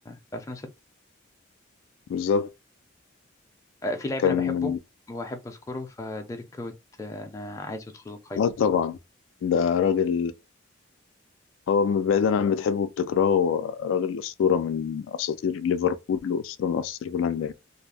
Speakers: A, on the left; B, on the left.
A: في 2006
B: بالظبط
A: آه، في لعيب
B: كان
A: أنا بحبه وأحب أذكره فديريك كوت آه، أنا عايزه يدخل القايمة
B: آه طبعا ده راجل هو بعيدا عن بتحبه وبتكرهه هو راجل أسطورة من أساطير ليفربول وأسطورة من أساطير هولندا يعني.